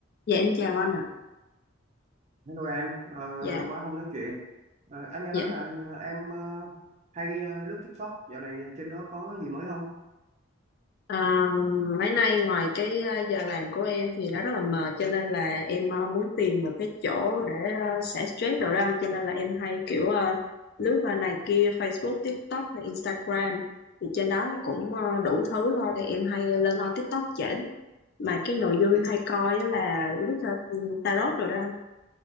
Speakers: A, on the left; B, on the right.
A: Dạ em chào anh ạ.
B: Hello em, ờ,
A: Dạ,
B: lâu quá không nói chuyện. Ờ, anh nghe
A: dạ.
B: nói là ờ, em ờ, hay ờ, lướt TikTok, dạo này trên đó có gì mới không?
A: À, mấy nay ngoài cái ờ, giờ làm của em thì nó rất là mệt cho nên là em ờ, muốn tìm một cái chỗ để ờ, xả stress đồ đó anh cho nên là em hay kiểu ờ, lướt qua này kia Facebook, TikTok hay Instagram thì trên đó nó cũng ờ, đủ thứ thôi thì em hay lên on TikTok chỉnh mà cái nội dung em
B: Tik-
A: hay coi á là lướt ra ừ, tarot rồi đó anh.